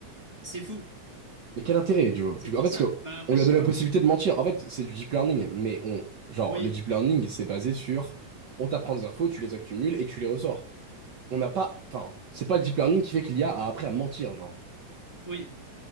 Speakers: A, in the centre; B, on the right.
A: c'est fou.
B: Mais quel intérêt, tu vois?
A: C'est
B: Du coup,
A: pour
B: En fait,
A: ça.
B: parce que
A: Bah après,
B: on lui
A: je sais
B: a donné
A: pas.
B: la possibilité de mentir. En fait, c'est du deep learning, mais on... genre,
A: Oui,
B: le deep learning, c'est basé sur, on t'apprend des infos, tu les accumules et tu les ressors. On n'a pas, enfin, c'est pas le deep learning qui fait qu'il y a à après à mentir, genre.
A: oui.